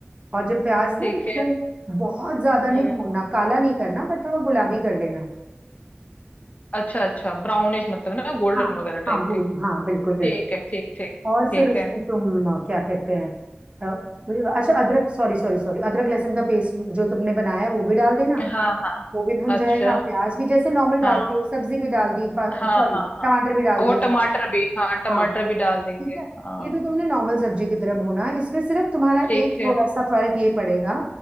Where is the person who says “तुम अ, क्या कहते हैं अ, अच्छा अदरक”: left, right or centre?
Right